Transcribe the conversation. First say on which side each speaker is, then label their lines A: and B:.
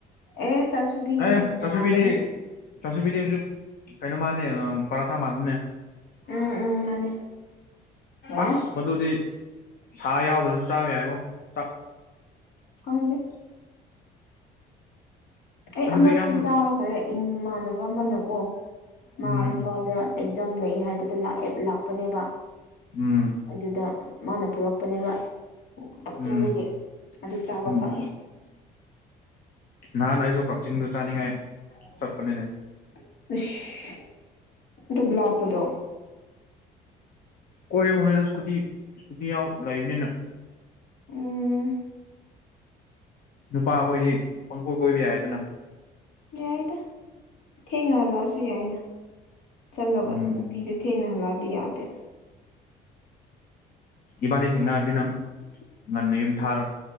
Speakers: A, on the left (about 85°); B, on the left (about 60°).
A: ꯑꯦ ꯆꯥꯁꯨꯕꯤꯗꯨꯗꯤ
B: ꯑꯦ
A: ꯇꯣꯉꯥꯟꯕꯅꯦ
B: ꯆꯥꯁꯨꯕꯤꯗꯤ ꯆꯥꯁꯨꯕꯤꯗꯤ ꯍꯧꯖꯤꯛ ꯀꯩꯅꯣ ꯃꯟꯅꯦ ꯄꯔꯥꯊꯥ ꯃꯥꯟꯅꯕꯅꯦ
A: ꯎꯝ ꯎꯝ ꯃꯥꯅꯦ
B: ꯑꯁ
A: ꯑꯦ
B: ꯃꯗꯨꯨꯗꯤ ꯁꯥ ꯌꯥꯎꯗ꯭ꯔꯁꯨ ꯆꯥꯕ ꯌꯥꯏꯕꯣ ꯆꯥꯛ
A: ꯈꯪꯗꯦ ꯑꯩ
B: ꯑꯗꯨꯗꯤ
A: ꯑꯃꯠꯇꯤ
B: ꯌꯥꯝ
A: ꯆꯥꯈ꯭ꯔꯦ ꯏꯟꯃꯥꯟꯅꯕ ꯑꯃꯅꯀꯣ ꯃꯥ
B: ꯎꯝ
A: ꯏꯝꯐꯥꯜꯗ ꯑꯦꯛꯖꯥꯝ ꯂꯩ ꯍꯥꯏꯕꯗ ꯂꯥꯛꯑꯦ ꯂꯥꯛꯄꯅꯦꯕ
B: ꯎꯝ
A: ꯑꯗꯨꯗ ꯃꯥꯅ ꯄꯨꯔꯛꯄꯅꯦꯕ ꯀꯛꯆꯤꯡꯗꯒꯤ
B: ꯎꯝ
A: ꯑꯗꯨ ꯆꯥꯕ
B: ꯎꯝ
A: ꯐꯪꯉꯤ
B: ꯅꯍꯥꯟ ꯑꯩꯁꯨ ꯀꯛꯆꯤꯡꯗ ꯆꯥꯅꯤꯡꯉꯥꯏ
A: ꯏꯁ
B: ꯆꯠꯄꯅꯤꯅꯦ
A: ꯑꯗꯨꯕꯨ ꯂꯥꯞꯄꯗꯣ
B: ꯀꯣꯏꯌꯨ ꯅꯁꯀꯨꯇꯤ ꯅꯁꯀꯨꯇꯤ ꯌꯥꯎ ꯂꯩꯕꯅꯤꯅ
A: ꯎꯝ
B: ꯅꯨꯄꯥꯈꯣꯏꯗꯤ ꯄꯡꯈꯣꯏ ꯀꯣꯏꯕ ꯌꯥꯏꯗꯅ
A: ꯌꯥꯏꯗ ꯊꯦꯡꯅ ꯂꯜꯂꯛꯑꯁꯨ ꯌꯥꯏꯅ ꯆꯠꯂꯒ
B: ꯎꯝ
A: ꯅꯨꯄꯤꯗꯨ ꯊꯦꯡꯅ ꯍꯜꯂꯛꯑꯗꯤ ꯌꯥꯗꯦ
B: ꯏꯕꯥꯅꯤ ꯊꯦꯡꯅꯔꯗꯤ ꯅꯪ ꯉꯟꯅ ꯌꯨꯝ ꯊꯥꯔꯣꯏ